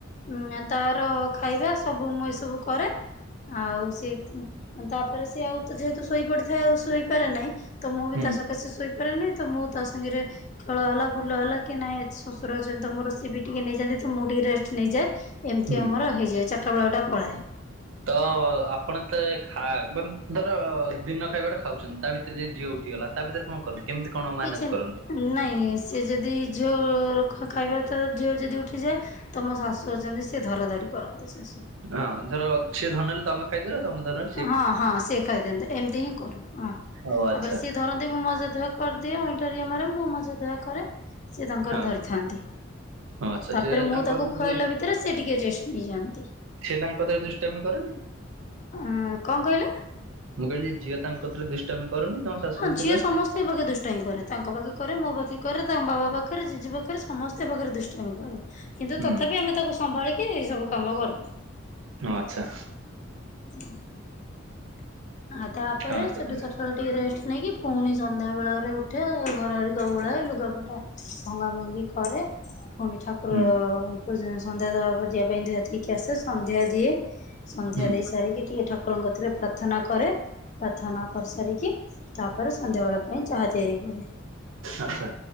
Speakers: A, on the left; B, on the right.
A: ଉଁ ଆ ତାର ଖାଇବା ସବୁ ମୁଁ ଏସବୁ କରେ। ଆଉ ସିଏ ଉଁ। ତାପରେ ସିଏ ଆଉ ତ ଯେହେତୁ ଶୋଇ ପଡିଥାଏ ଆଉ ଶୋଇପାରେ ନାହିଁ ତ ମୁଁ ବି
B: ହୁଁ
A: ତା ସ ତ ସେ ଶୋଇପାରେ ନାହିଁ ତ ମୁଁ ତା ସାଙ୍ଗେରେ ରେ ଖେଳ ହେଲା ବୁଲ ହେଲା କି ନାଇଁ ଶଶୁର ଅଛନ୍ତି ତ ମୋର ସେ ବି ଟିକେ ନେଇଯାନ୍ତି ତ ମୁଁ ଟିକେ ରେଷ୍ଟ ନେଇଯାଏ ଏମିତି
B: ହୁଁ।
A: ଆମର ହେଇଯାଏ। ଚାରଟା ବେଳ ଟା ପଳାଏ।
B: ତ ଆପଣ <unintelligible> ଖା ବ ଧର ଦିନ ଖାଇବାଟା ଖାଉଛନ୍ତି ତା ଭିତରେ ଯଦି ଝିଅ ଉ ଠି ଗଲା ତା ଭିତରେ କଣ କରନ୍ତି? କେମିତି କଣ ମ୍ୟାନେଜ
A: କିଛି
B: କରନ୍ତି
A: ନାଇଁ ସେ ଯଦି ଝିଅ ଖ-ଖାଇବା ତ ଝିଅ ଯଦି ଉଠିଯାଏ ତ ମୋ ଶାଶୁ ଅଛନ୍ତି ସିଏ ଧରା ଧରି କରନ୍ତି ଶାଶୁ।
B: ହଁ ଧର ସେ ଧରିନେଲେ ତମେ ଖାଇଦେଲ ତମେ ଧରିଲାବେ
A: ହଁ ହଁ ସିଏ ଖାଇଦିଅନ୍ତି ଏମିତି ହିଁ କରୁ ହଁ
B: ଓ ଆଚ୍ଛା
A: ତାପରେ ସିଏ ଧର ମୁଁ ମଜା ଧୁଆ କରିଦିଏ ଅଇଁଠା ଟିକେ ମାରେ ମୁଁ ମଜା ଧୁଆ କରେ ସେ ତାଙ୍କର
B: ହଁ
A: ଧରିଥାନ୍ତି।
B: ହଁ ଆଚ୍ଛା
A: ତାପରେ
B: ସେ
A: ମୁଁ
B: ତାଙ୍କ
A: ତାକୁ
B: କତିରେ
A: ଖୁଆଇଲା
B: ଦୁ-
A: ଭିତରେ ସେ ଟିକେ ରେଷ୍ଟ ନେଇଯାଆନ୍ତି।
B: ସେ ତାଙ୍କ କତିରେ ଦୁଷ୍ଟାମି କରେନି?
A: ଅଁ କଣ କହିଲ?
B: ମୁଁ କହିଲି ଝିଅ ତାଙ୍କ କତିରେ ଦୁଷ୍ଟାମି କରୁନି ତମ ଶାଶୁ
A: ହଁ
B: କତିରେ
A: ଝିଅ ସମସ୍ତିଙ୍କ ପାଖେ ଦୁଷ୍ଟାମି କରେ ତାଙ୍କ ପାଖେ କରେ ମୋ ପାଖେ କରେ ତାଙ୍କ ବାବା ପାଖରେ ଜେଜେ ପାଖରେ ସମସ୍ତେ ପାଖରେ ଦୁଷ୍ଟାମି କରେ କିନ୍ତୁ
B: ହୁଁ
A: ତଥାପି ଆମେ ତାକୁ ସମ୍ଭାଳିକି ଏଇ ସବୁ କାମ କରୁଚୁ।
B: ହଁ ଆଚ୍ଛା।
A: ଉଁ ଆଉ ତାପରେ
B: ହଁ ତ-
A: ସେଠୁ ଚାର ଟା ବେଳେ ଟିକେ ରେଷ୍ଟ ନେଇକି। ପୁଣି ସନ୍ଧ୍ୟାବେଳରେ ଉଠେ ଘର ହେରିକା ଓଳାଏ ଲୁଗାପଟା ଭଙ୍ଗା ଭଙ୍ଗି କରେ। ଫୁଣି ଠାକୁର।
B: ହୁଁ
A: <unintelligible> ସନ୍ଧ୍ୟା ଦବାକୁ ଯିବା ପାଇଁ ଧୁଆ ଧୁଇ କି ଆସେ ସନ୍ଧ୍ୟା ଦିଏ ସନ୍ଧ୍ୟା
B: ହୁଁ
A: ଦେଇ ସାରିକି ଟିକେ ଠ ଠାକୁରଙ୍କ କତିରେ ପ୍ରାର୍ଥନା କରେ। ପ୍ରାର୍ଥନା କରିସାରିକି ତାପରେ ସନ୍ଧ୍ୟାବେଳ ପାଇଁ ଚାହା ତିଆରି କରେ।
B: ଆଚ୍ଛା